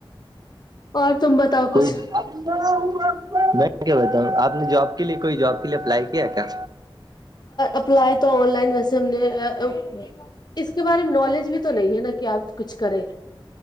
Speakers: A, on the left (about 50°); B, on the right (about 45°).
A: اور تم بتاؤ
B: کوئی
A: کچھ
B: میں کیا بتا ہوں آپ نے جاب کے لیے کوئی جاب کے لیے اپلائی کیا کیا
A: اپلائی تو آن لائن ویسے ہم نے اس کے بارے میں نالج بھی تو نہیں ہے نا کہ آپ کچھ کریں